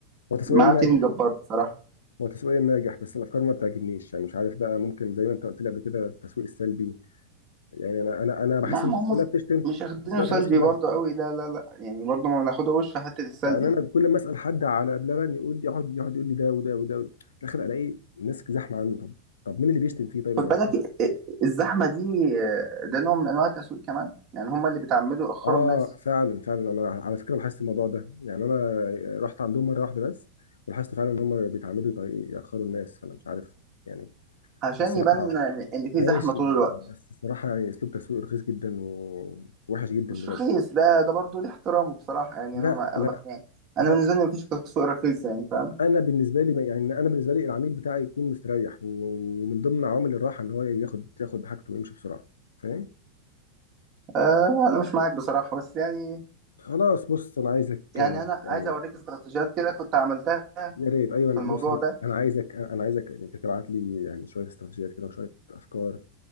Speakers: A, on the left (about 65°); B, on the right (about 35°).
A: هو تسويق
B: مع
A: ناجح
B: تيم جبار بصراحه
A: هو تسويق ناجح بس الافكار ما بتعجبنيش يعني مش عارف بقى ممكن زي ما انت قلت لي قبل كده التسويق السلبي يعني انا انا انا بحس
B: لا ما
A: الناس
B: هم
A: كلها بتشتم في
B: مش اخدينه
A: نفس الوقت
B: سلبي
A: الناس كلها
B: برضه قوي لا لا لا يعني برضه ما بناخدهوش في حتة السلبي
A: يعني انا كل ما اسال حد على بلبن يقول لي يقعد يقعد يقول لي ده وده وده وده. في الاخر الاقي الناس زحمه عنده طب طب مين اللي بيشتم فيه طيب انا
B: خد بالك
A: مش
B: ال- الزحمة دي آه، ده نوع من انواع التسويق كمان يعني هم اللي بيتعمدوا يأخروا
A: اه
B: الناس
A: فعلا فعلا انا على فكره لاحظت الموضوع ده يعني انا رحت عندهم مره واحده بس ولاحظت فعلا ان هم بيتعمدوا يط- ياخروا الناس فانا مش عارف يعني
B: عشان
A: الصراحه
B: يبان ان إن في
A: ماشي
B: زحمة طول الوقت
A: بس الصراحه يعني اسلوب تسويق رخيص جدا ووحش جدا
B: مش
A: بجد
B: رخيص ده ده برضه ليه احترامه بصراحة يعني
A: لا
B: انا ما
A: لا
B: انا بح يعني انا
A: لا
B: بالنسبة لي مفيش تسويق رخيص يعني فاهم
A: انا بالنسبه لي يعني انا بالنسبه لي العميل بتاعي يكون مستريح و- ومن ضمن عوامل الراحه ان هو ياخد ياخد حاجته ويمشي بسرعه فاهم
B: آه انا مش معاك بصراحة بس يعني
A: خلاص بص انا عايزك
B: يعني
A: آه،
B: انا
A: يعني
B: عايز اوريك استراتيجيات كده كنت عملتها
A: يا ريت ايوه
B: في الموضوع
A: بص انا
B: ده
A: انا عايزك انا عايزك تبعت لي يعني شويه استراتيجيات كده وشويه افكار